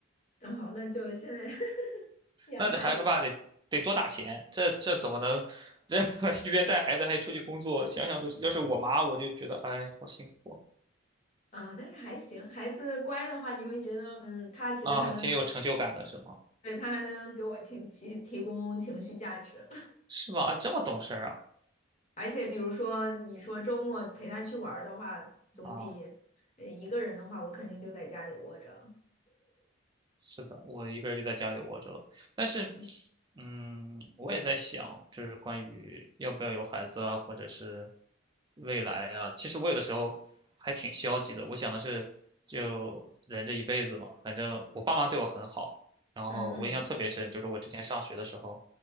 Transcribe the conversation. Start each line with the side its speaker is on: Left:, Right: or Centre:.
Left: 然后，那就现在 <laughs> 养孩子。
Right: 那这孩子他爸得得多打钱，这这怎么能这 <laughs> 一边带孩子还出去工作？想想都，要是我妈，我就觉得哎，好辛苦
Left: 啊，但是还行，孩子乖的话，你会觉得，嗯，他其实还能，
Right: 哦啊，还挺有成就感的，是吗？
Left: 对，他还能给我提提提供情绪价值，
Right: 是吗？啊这么懂事儿啊
Left: <laughs> 而且比如说你说周末陪他去玩儿的话，总比
Right: 啊！
Left: 呃一个人的话，我肯定就在家里窝着。了。
Right: 是的，我一个人就在家里窝着了。但是，
Left: 嗯
Right: 嗯，我也在想，就是关于要不要有孩子啊，或者是未来啊。其实我有的时候还挺消极的。我想的是，就人这一辈子嘛，反正我爸妈对我很好。然后我印象特别深，
Left: 嗯
Right: 就是我之前上学的时候，